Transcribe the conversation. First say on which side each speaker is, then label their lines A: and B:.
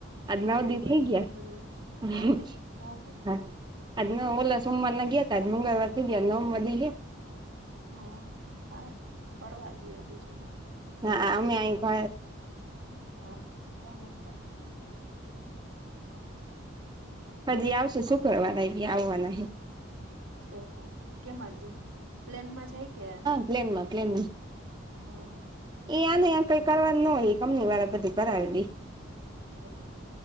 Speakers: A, on the right; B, on the right.
A: આજ
B: દિલ્હી
A: નવ દી
B: હોય
A: થઈ
B: ને
A: ગયા
B: મુંબઈ હોય નવદી ઓહો
A: હા અદ ન ઓલ સ સુમવા ના ગ્યા હતાદ મુંગળવારથી ગયા નવમદીી હ
B: હ સારું ફરવા જઈએ બીજું હું
A: ના અમે અમે ફ
B: હા તમે ફર
A: હજી આવશે શુ કરવાવાયા આવવાના
B: છે કેમ વાગયા પ્લેનમાં જાય કે
A: પ્લેન્માં પ્લેનમાં
B: હા
A: એ આને
B: ઠેક
A: કઈ કરવા ન હોય એ કમની વાળ બધું કરાવેલી
B: ઠેક